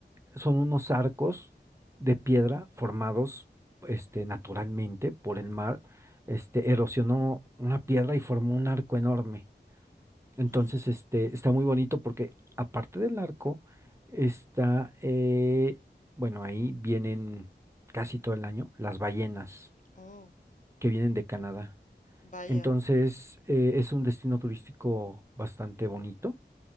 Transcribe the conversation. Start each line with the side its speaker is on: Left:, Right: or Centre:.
Right: son unos arcos de piedra formados, este, naturalmente por el mar. Este, erosionó una piedra y formó un arco enorme. Entonces,
Left: Mm,
Right: este, está muy bonito porque aparte del arco, está, eh, bueno, ahí vienen casi todo el año las ballenas
Left: Oh,
Right: que vienen de Canadá.
Left: vaya.
Right: Entonces, eh, es un destino turístico bastante bonito.